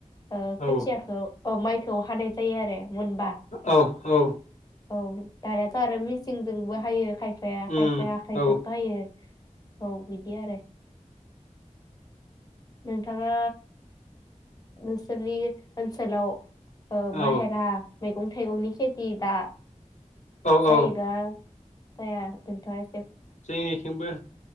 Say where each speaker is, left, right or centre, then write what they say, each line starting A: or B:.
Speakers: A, on the left (about 30°); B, on the left (about 65°).
A: ओ
B: औ
A: खोथियाखौ अ माइखौ हानाय जायो आरो मोनबा
B: औ औ
A: औ दानाथ' आरो मेसिंजोंबो हायो खायफाया
B: उम
A: खायफाया आखाइजोबो
B: औ
A: हायो औ बिदि आरो ओम नोंथाङा नोंसोरनि ओनसोलाव ओ
B: औ
A: बाहेरा मैगं थाइगंनि खेथि दा
B: औ
A: जायोना
B: औ
A: जाया नोंथां
B: जोंनिथिंबो